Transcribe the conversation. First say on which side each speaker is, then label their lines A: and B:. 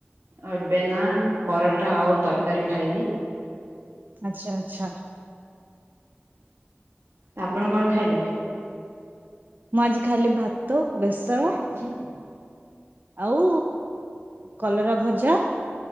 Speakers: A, on the right; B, on the right.
A: ଏବେ ନାଁ ପରଟା ଆଉ ତରକାରି ଖାଇଲି।
B: ଆଛା ଆଛା।
A: ତ ଆପଣ କଣ ଖାଇଲେ?
B: ମୁଁ ଆଜି ଖାଲି ଭାତ, ବେସର
A: ହୁଁ
B: ଆଉ କଲରା ଭଜା